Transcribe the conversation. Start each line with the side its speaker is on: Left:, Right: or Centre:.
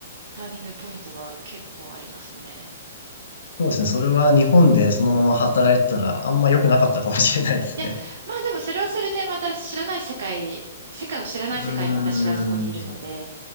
Right: ターニングポイントが結構ありますね。
Left: そうですね。それは日本でそのまま働いてたらあんま良くなかったかもしれないですね。
Right: いや、まあでもそれはそれでまた知らない世界、世界を知らない世界の私がそこにいるので、
Left: うーん。